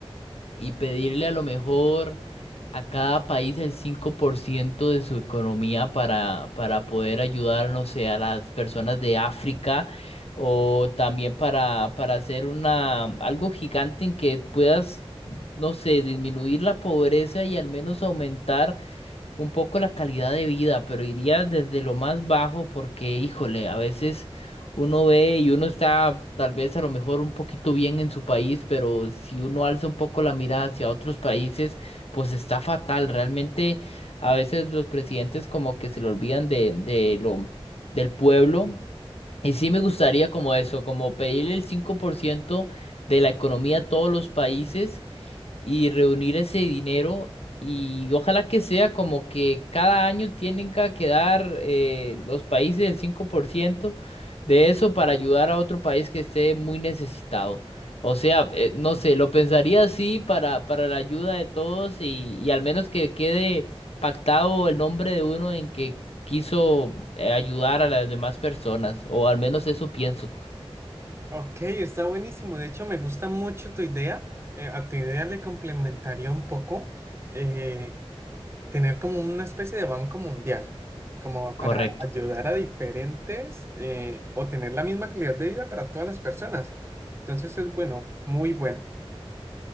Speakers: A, on the left (about 75°); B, on the right (about 25°).
A: y pedirle a lo mejor a cada país el 5% de su economía para, para poder ayudar, no sé, a las personas de África o también para, para hacer una, algo gigante en que puedas, no sé, disminuir la pobreza y al menos aumentar un poco la calidad de vida, pero iría desde lo más bajo porque, híjole, a veces uno ve y uno está tal vez a lo mejor un poquito bien en su país, pero si uno alza un poco la mirada hacia otros países, pues está fatal. Realmente a veces los presidentes como que se le olvidan de, de lo del pueblo. Y sí me gustaría como eso, como pedirle el 5% de la economía a todos los países y reunir ese dinero y ojalá que sea como que cada año tienen que dar eh, los países el 5% de eso para ayudar a otro país que esté muy necesitado. O sea, eh, no sé, lo pensaría así para, para la ayuda de todos y, y al menos que quede pactado el nombre de uno en que quiso eh, ayudar a las demás personas, o al menos eso pienso.
B: Ok, está buenísimo. De hecho, me gusta mucho tu idea. Eh, a tu idea le complementaría un poco eh, tener como una especie de banco mundial, como para
A: Correcto,
B: ayudar a diferentes eh, o tener la misma calidad de vida para todas las personas. Entonces es bueno, muy bueno.